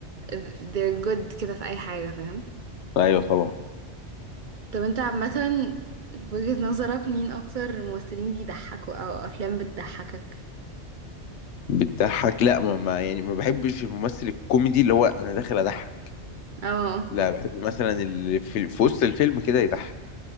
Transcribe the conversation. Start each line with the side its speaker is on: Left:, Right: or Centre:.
Right: آه، they're good كده في اي حاجه فاهم
Left: ايوه طبعا
Right: طب انت عامه في وجهه نظرك مين اكتر ممثلين بيضحكوا او افلام بتضحكك
Left: بتضحك لا ما ما- يعني ما بحبش الممثل الكوميدي اللي هو انا داخل اضحك
Right: اه
Left: لا بحب مثلا اللي في, في وسط الفيلم كده يضحك